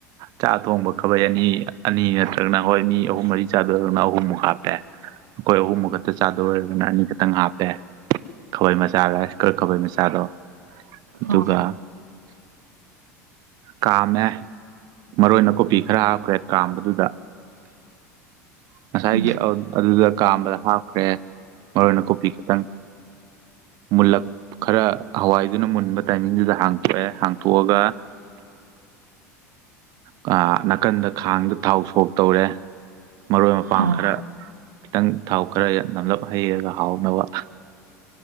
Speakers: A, on the right; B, on the right.
A: ꯆꯥꯛ ꯑꯊꯣꯡꯕ ꯈꯕꯩ ꯑꯅꯤ ꯑꯅꯤ ꯅꯠꯇ꯭ꯔꯒꯅ ꯍꯣꯏ ꯃꯤ ꯑꯍꯨꯝ ꯃꯔꯤ ꯆꯥꯗꯣꯔꯒꯅ ꯑꯍꯨꯝꯃꯨꯛ ꯍꯥꯞꯄꯦ ꯑꯈꯣꯏ ꯑꯍꯨꯝꯃꯨ ꯈꯠꯇ ꯆꯥꯗꯣꯔ ꯑꯣꯏꯔꯒꯅ ꯑꯅꯤꯈꯛꯇꯪ ꯍꯥꯞꯄꯦ ꯈꯕꯩ ꯃꯆꯥꯔ ꯔꯤꯏꯁ ꯀꯨꯀ ꯈꯕꯩ ꯃꯆꯥꯗꯣ ꯑꯗꯨꯒ
B: ꯑꯥ
A: ꯀꯥꯝꯃꯦ ꯃꯔꯨ ꯑꯣꯏꯅ ꯀꯣꯄꯤ ꯈꯔ ꯍꯥꯞꯈ꯭ꯔꯦ ꯀꯥꯝꯕꯗꯨꯗ ꯉꯁꯥꯏꯒꯤ
B: ꯎꯝ
A: ꯑ ꯑꯗꯨꯗ ꯀꯥꯝꯕꯗ ꯍꯥꯞꯈ꯭ꯔꯦ ꯃꯔꯣꯏ ꯅꯀꯨꯄꯤ ꯈꯤꯇꯪ ꯃꯨꯜꯂꯛ ꯈꯔ ꯍꯋꯥꯏꯗꯨꯅ ꯃꯨꯟꯕ ꯇꯥꯏꯃꯤꯡꯗꯨꯗ ꯍꯥꯡꯇꯣꯛꯑꯦ ꯍꯥꯡꯇꯣꯛꯑꯒ ꯀ ꯅꯥꯀꯟꯗ ꯈꯥꯡꯗ ꯊꯥꯎ ꯁꯣꯛ ꯇꯧꯔꯦ ꯃꯔꯣꯏ ꯃꯄꯥꯡ
B: ꯑꯥ
A: ꯈꯔ ꯈꯤꯇꯪ ꯊꯥꯎ ꯈꯔ ꯅꯝꯂꯞ ꯍꯩꯔꯒ ꯍꯥꯎꯅꯕ